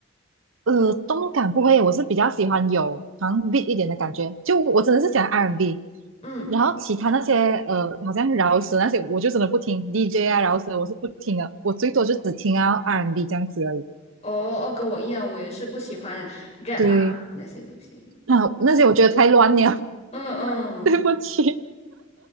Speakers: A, on the right (about 80°); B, on the left (about 35°).
A: 呃，动感不会，我是比较喜欢有好像 beat 一点的感觉，就我真的是喜欢 R&B，
B: 嗯，
A: 然后其他那些呃，好像饶舌那些，我就真的不听 DJ 啊，饶舌我是不听的，我最多就只听啊 R&B 这样子而已。
B: 哦哦，跟我一样，我也是不喜欢 rap
A: 对，
B: 啊那些东西。
A: 啊，那些我觉得太乱了，
B: 嗯嗯。
A: <laughs> 对不起，